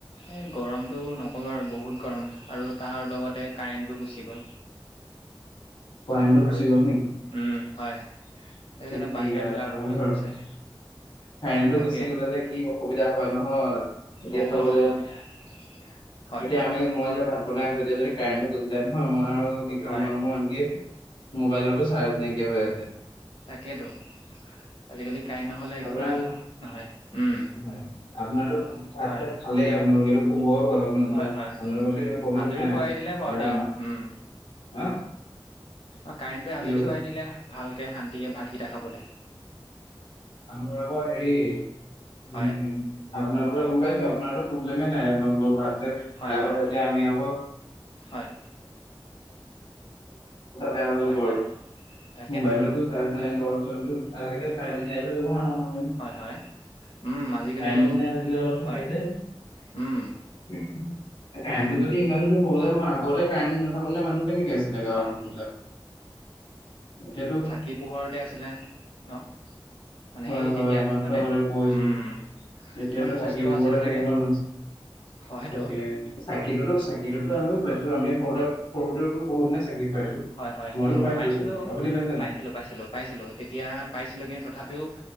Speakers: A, on the left; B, on the left.
A: এই গৰমটো নকবা আৰু বহুত গৰম আৰু তাৰ লগতে কাৰেণ্টটো গুচি গ'ল।
B: কাৰেণ্টটো গুচি
A: আৰু উম
B: গ'ল নেকি
A: হয় সেইকাৰণে
B: ধেত তেৰিকা
A: বাহিৰতো ওলাই
B: নক'ব
A: ল'ব লগা
B: আৰু
A: হৈছে।
B: কাৰেণ্টটো
A: তাকে
B: গুচি গলে যে কি অসুবিধা হয় নহয় এতিয়া
A: বহুত
B: চাবলৈ
A: অসুবিধা
B: গলে
A: <unintelligible>
B: এতিয়া আমি মই যে ভাত বনাই আছো এতিয়া যদি কাৰেণ্টটো গুচি যায় নহয় মই
A: হয়
B: আৰু <unintelligible> আনকি মোবাইলতো চাৰ্জ নাইকিয়া হৈ আছে।
A: তাকেইেতো, আজিকালি কাৰেণ্ট নহ'লে
B: আপোনাৰ
A: একো নহয় উম।
B: হয়। আপোনাৰতো ভাত
A: হয়
B: তাত খালেই আপোনালোকে, শুবৈ হল আপোনালোকৰ,
A: হয় হয়
B: আপোনাৰটো প্ৰব্লেম
A: আজৰি
B: নাই।
A: <unintelligible>
B: আৰু
A: দেই
B: আমাৰ
A: উম।
B: হা
A: অ কাৰেণ্টটো আজৰি
B: কি কৈছে
A: কৰাই দিলে ভালকে শান্তিকে ভাতকেইটা খাবলে।
B: আমোৰ আকৌ হেৰি উম
A: হয়
B: উম। আপোনাৰ পৰা গম পাইছো আপোনাৰটো প্ৰেব্লেমে নাই <unintelligible> খাই
A: হয় হয়
B: খতিয়া আমি আকৌ
A: হয়
B: <unintelligible>
A: হয় হয়
B: <unintelligible>
A: তাকেতো
B: মোবাইলটো <unintelligible>
A: হয় হয় উম আজিকালিতো
B: কাৰেণ্টটো আজিকালি অলপ থাকে
A: হয়
B: যে কাৰেণ্টটো
A: উম, আজিকালি
B: যদি ইমান প্ৰেব্লেম হয় আগতে কাৰেণ্ট নাথাকোতে মানুহ কেনেকৈ আছিলে গাঁৱৰ
A: হয়
B: মানুহবিলাক এতিয়াতো
A: কি পোহৰতে আছিলে ন? মানে
B: হয়
A: সেই
B: হয়
A: তেতিয়া
B: আমাকটো
A: দিনতে
B: কৈছে
A: উম,
B: তেতিয়াতো
A: কিমান কষ্ট
B: চাকি বোৰতে
A: আছিল চাগে
B: <unintelligible>
A: হয়তো
B: তাকে চাকিটো চাকিটোটো আমিও পাইছো, আমি সৰুতে সৰুতেওটো <unintelligible> চাকি পাইছো।
A: হয় হয়
B: মইতো পাইছো
A: পাইছিলো
B: চাকি আপুনি পাইছে
A: পাইছিলো।
B: নাই
A: পাইছিলো পাইছিলো তেতিয়া পাইছিলো কিন্তু তথাপিও